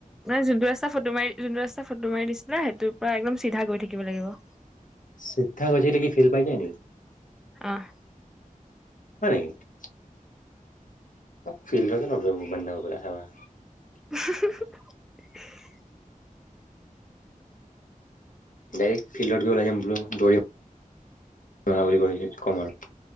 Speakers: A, in the centre; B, on the left (about 65°).
A: নানে যোনটো ৰাস্তা ফটো মাৰি যোনটো ৰাস্তা ফটো মাৰি দিছিলে সেইৰ পৰা একদম চিধা কৰি থাকিব লাগিব।
B: চিধা গৈ থাকিলে কি <inaudible>
A: আহ।
B: হয় নেকি? ফিল্ড ন <unintelligible>
A: উ <unintelligible>
B: ডাইৰেক্ট ফিল্ডত গৈ ওলাই যাম বোলো দৌৰিম বুলি কম আৰু